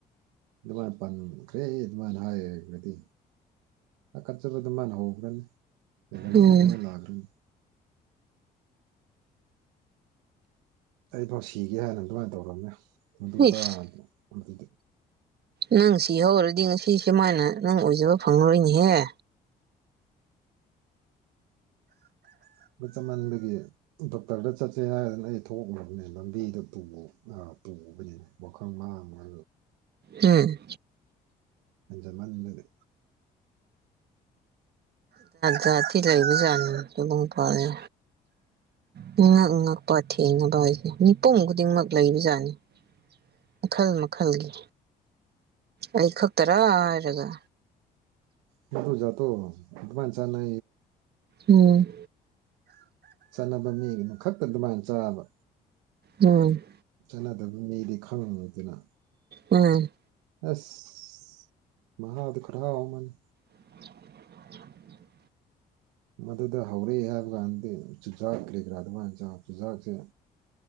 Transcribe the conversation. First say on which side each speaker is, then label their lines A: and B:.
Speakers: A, on the right; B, on the right.
A: ꯑꯗꯨꯃꯥꯏꯅ ꯄꯟꯈ꯭ꯔꯦ ꯑꯗꯨꯃꯥꯏꯅ ꯍꯥꯏꯔꯒꯗꯤ ꯑ ꯀꯠꯆꯕ ꯑꯗꯨꯃꯥꯏꯅ ꯍꯧꯈ꯭ꯔꯅꯤ ꯑꯦꯅꯔꯖꯤ
B: ꯎꯝ
A: ꯑꯗꯨꯃꯥꯏꯅ ꯂꯥꯛꯈ꯭ꯔꯅꯤ ꯑꯩꯐꯥꯎ ꯁꯤꯒꯦ ꯍꯥꯏꯅ ꯑꯗꯨꯃꯥꯏꯅ ꯇꯧꯔꯝꯃꯦ ꯑꯗꯨꯗꯨ
B: ꯏꯁ
A: ꯆꯥꯗ ꯑꯗꯨꯗꯤ
B: ꯅꯪ ꯁꯤ ꯍꯧꯔꯗꯤ ꯉꯁꯤꯁꯦ ꯁꯨꯃꯥꯏꯅ ꯅꯪ ꯑꯣꯏꯖꯕ ꯐꯪꯂꯔꯣꯏꯅꯦꯍꯦ
A: ꯃꯇꯝ ꯃꯥꯡꯕꯒꯤ <unintelligible> ꯗꯣꯛꯇꯔꯗ ꯆꯠꯁꯦ ꯍꯥꯏꯔꯗꯅ ꯑꯩ ꯊꯣꯛꯈ꯭ꯔꯕꯅꯦ ꯂꯝꯕꯤꯗ ꯄꯨꯕꯅꯤꯅ ꯋꯥꯈꯜ ꯃꯥꯡꯃ
B: ꯎꯝ
A: ꯑꯖꯃꯟꯕꯗ
B: ꯗ ꯇꯤꯂꯥꯏꯕꯨ ꯆꯥꯁꯨꯕꯦ ꯛ ꯉꯛꯄ ꯊꯦꯡꯅꯕ ꯍꯥꯏꯁꯦ ꯃꯤꯄꯨꯝ ꯈꯨꯗꯤꯡꯃꯛ ꯂꯩꯕꯖꯥꯠꯅꯤ ꯃꯈꯜ ꯃꯈꯜꯒꯤ ꯑꯩ ꯈꯛꯇꯔꯥ ꯍꯥꯏꯔꯒ
A: ꯇꯣ ꯆꯠꯇꯣ ꯑꯗꯨꯃꯥꯟ ꯆꯅ
B: ꯎꯝ
A: ꯆꯠꯅꯕ ꯃꯤꯒꯤꯅ ꯈꯛꯇ ꯑꯗꯨꯃꯥꯏꯅ ꯆꯥꯕ
B: ꯎꯝ
A: ꯆꯠꯅꯗꯕ ꯃꯤꯗꯤ ꯈꯪꯕꯗꯨꯅ
B: ꯎꯝ
A: ꯑꯁ ꯃꯍꯍ ꯑꯗꯨ ꯀꯔ ꯑꯋꯥꯃꯅ
B: <inaudible>
A: ꯃꯗꯨꯗ ꯍꯧꯔꯦ ꯍꯥꯏꯕ ꯀꯥꯟꯗꯗꯤ ꯆꯨꯖꯥꯛ ꯀꯔꯤ ꯀꯔꯥ ꯑꯗꯨꯃꯥꯏꯅ ꯆꯨꯖꯥꯛꯁꯦ